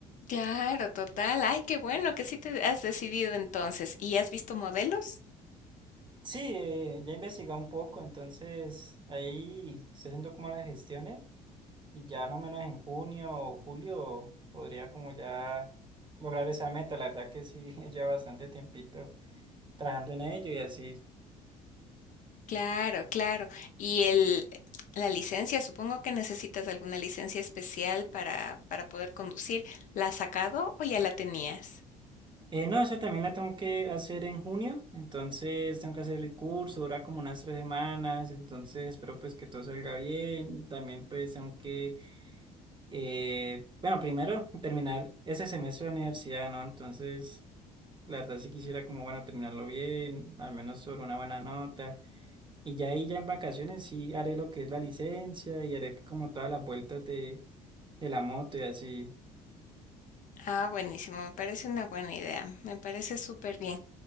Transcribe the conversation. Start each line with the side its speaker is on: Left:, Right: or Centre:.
Left: Claro, total. Ay, qué bueno que sí te has decidido entonces. ¿Y has visto modelos?
Right: Sí, eh, ya investigué un poco, entonces ahí estoy haciendo como las gestiones y ya más o menos en junio o julio podría como ya lograr esa meta, la verdad que sí, <laughs> lleva bastante tiempito. trabajando en ello y así.
Left: Claro, claro. ¿Y el la licencia? Supongo que necesitas alguna licencia especial para para poder conducir. ¿La has sacado o ya la tenías?
Right: Eh, no, eso también la tengo que hacer en junio, entonces tengo que hacer el curso, dura como unas tres semanas, entonces espero pues que todo salga bien. También pues tengo que, eh, bueno, primero terminar ese semestre de la universidad, ¿no? Entonces, la verdad sí quisiera como, bueno, terminarlo bien, al menos sobre una buena nota. Y ya ahí, ya en vacaciones sí haré lo que es la licencia y haré como todas las vueltas de, de la moto y así.
Left: Ah, buenísimo, me parece una buena idea. Me parece súper bien.